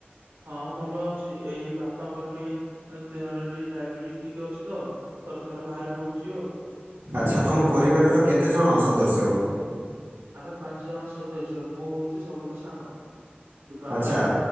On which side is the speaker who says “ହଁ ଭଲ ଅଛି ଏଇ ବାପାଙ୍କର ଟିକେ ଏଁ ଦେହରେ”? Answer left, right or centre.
Right